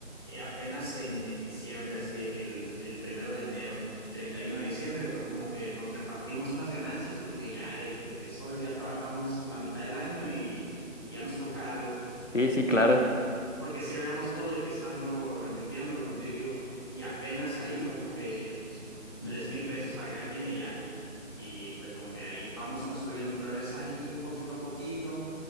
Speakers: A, on the left; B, on the left.
A: apenas en, en diciembre, así de que el, el primero de enero, 31 de diciembre, fue como que nos repartimos unas ganancias porque ya de, de que sobres ya trabajamos la mitad del año y, y ya nos toca algo
B: Sí, sí, claro.
A: porque sí habíamos todo de que estando reinvirtiéndolo, como te digo, y apenas ahí fue como que tres mil pesos para cada quien y ya. Y fue como que ahí vamos construyendo otra vez ahí un poquito a poquito.